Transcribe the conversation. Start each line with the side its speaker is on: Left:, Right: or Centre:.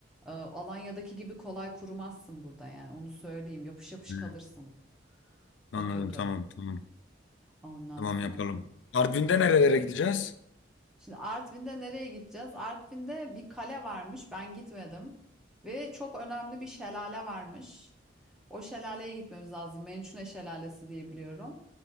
Centre: Ee, Alanya'daki gibi kolay kurumazsın burada yani onu söyleyeyim yapış yapış
Left: Hı.
Centre: kalırsın
Left: Anladım
Centre: o kötü.
Left: tamam tamam.
Centre: Ondan
Left: Tamam
Centre: sonra.
Left: yapalım. Artvin'de nerelere gideceğiz?
Centre: Şimdi Artvin'de nereye gideceğiz? Artvin'de bir kale varmış. Ben gitmedim. Ve çok önemli bir şelale varmış. O şelaleye gitmemiz lazım. Mençune Şelalesi diye biliyorum.